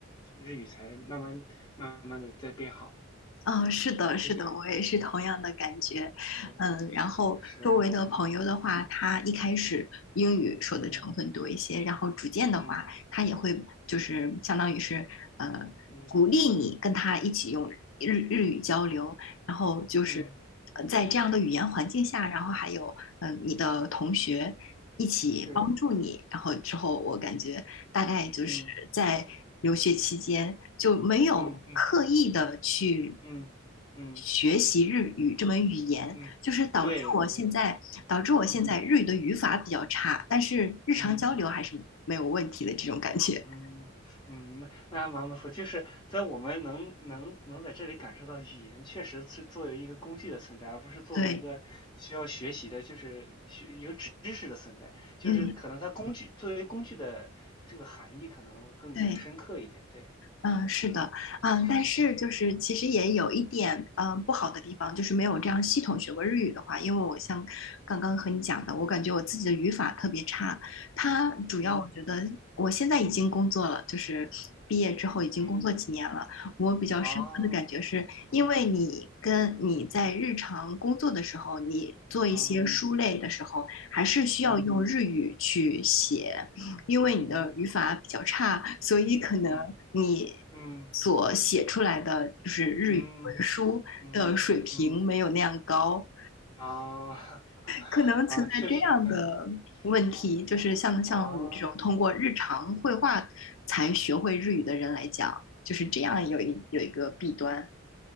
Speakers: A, on the left; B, on the left.
A: 日语才慢慢、慢慢的在变好。
B: 嗯，是的，
A: 这一点，
B: 是的，我也是同样的感觉。
A: 对对
B: 嗯，然后周围的朋友的话，
A: 是，嗯嗯
B: 他一开始英语说的成分多一些，
A: 嗯
B: 然后逐渐的话，
A: 嗯
B: 他也会就是相当于是呃鼓励你跟他一起用日日语交流，
A: 嗯嗯
B: 然后就是呃在这样的语言环境下，
A: 嗯
B: 然后还有嗯、呃你的同学一起帮助你，
A: 是，
B: 然后之后我感觉大概就是在留学期间就没有刻意的去
A: 嗯嗯嗯嗯嗯
B: 学习日语这门语言，
A: 嗯，
B: 就是导致我现在导致我现在日语的语法比较差，
A: 对对，嗯
B: 但是日常交流还是没有问题的这种感觉。
A: 嗯。嗯嗯，那那还蛮不错。就是在我们能能能在这里感受到，语言确实是作为一个工具的存在，而不是作为一个需要学习的，
B: 对，
A: 就是学知识的存在。就是可能它工具作为工具的这个含义可能更深刻一点。
B: 嗯，对。
A: 对，
B: 嗯，是的，
A: 嗯，确实确实，
B: 嗯，但是就是其实也有一点嗯，不好的地方，就是没有这样系统学过日语的话，
A: 嗯
B: 因为我像刚刚和你讲的，
A: 嗯
B: 我感觉我自己的语法特别差。它主要我觉得我现在已经工作了，
A: 嗯
B: 就是毕业之后已经工作几年了，
A: 嗯，
B: 我比较深刻的感觉是，
A: 哦，嗯
B: 因为你跟你在日常工作的时候，
A: 嗯
B: 你做一些书类的时候，
A: 哦，
B: 还是需要用日语去写。
A: 嗯
B: 因为你的语法比较差，
A: 嗯
B: 所以可能你
A: 嗯嗯
B: 所写出来的就是日语文书的水平没有那样高，
A: 嗯嗯嗯。嗯啊 <laughs>
B: 可能存在这样的问题，
A: 啊，确实，嗯啊啊啊，
B: 就是像像我这种通过日常绘画才学会日语的人来讲，就是这样有一有一个弊端。